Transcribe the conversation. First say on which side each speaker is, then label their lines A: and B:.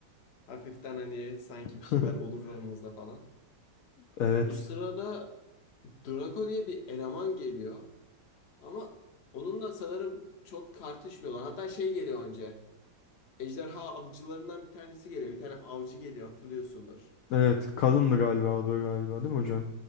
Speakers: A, on the left; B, on the left.
A: hafiften hani sanki
B: <laughs>
A: bir şeyler olur aranızda falan.
B: Evet.
A: Bu sırada Draco diye bir eleman geliyor. Ama onunla sanırım çok tartışmıyorlar. Hatta şey geliyor önce. Ejderha avcılarından bir tanesi geliyor. Bir tane avcı geliyor hatırlıyorsundur.
B: Evet, kadındı galiba o da galiba değil mi hocam?